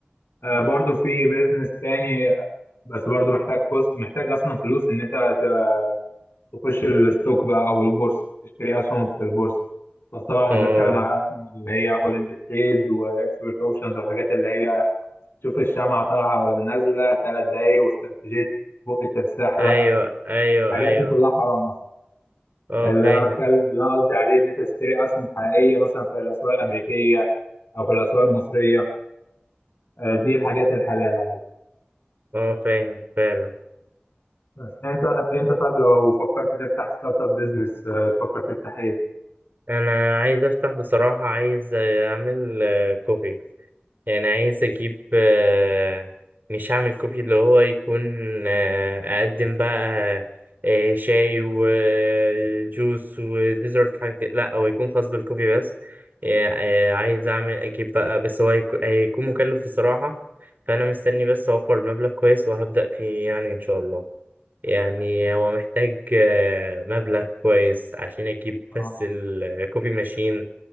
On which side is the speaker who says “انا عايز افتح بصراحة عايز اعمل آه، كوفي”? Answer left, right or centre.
Right